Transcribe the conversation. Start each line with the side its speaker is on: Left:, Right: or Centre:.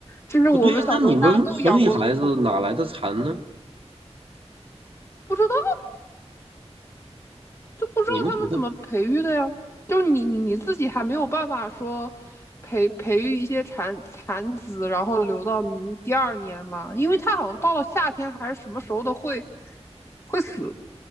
Left: 这是我们小时候大家都养过的宠物
Right: 不对啊，那你们城里孩子哪来的蚕呢？
Left: 不知道就不知道他们怎么培育的呀，
Right: 你们怎么会？
Left: 就是你你你自己还没有办法说培培育一些蚕蚕子，然后留到明第二年嘛，因为它好像到了夏天还是什么时候都会会死。